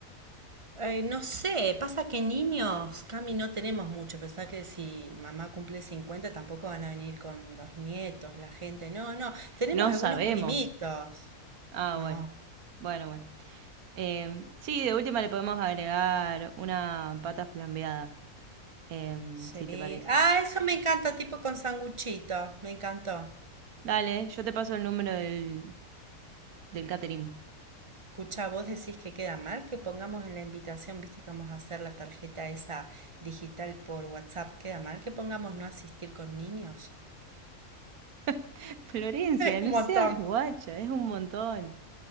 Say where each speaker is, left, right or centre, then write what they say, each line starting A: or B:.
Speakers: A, on the right (about 25°); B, on the right (about 85°).
A: Ay, no sé, pasa que niños, Cami, no tenemos mucho. Pensá que si mamá cumple 50, tampoco van a venir con los nietos, la gente. No, no, tenemos
B: No
A: algunos
B: sabemos.
A: primitos.
B: Ah,
A: No,
B: bueno, bueno, bueno. Eh, sí, de última le podemos agregar una pata flambeada, eh,
A: sí.
B: si te parece.
A: Ah, eso me encanta, tipo con sanguchito. Me encantó.
B: Dale, yo te paso el número del, del catering.
A: Escucha, vos decís que queda mal que pongamos en la invitación, viste que vamos a hacer la tarjeta esa digital por WhatsApp. ¿Queda mal que pongamos no asistir con niños?
B: <laughs> Florencia, no
A: <laughs> un montón.
B: seas guacha, es un montón.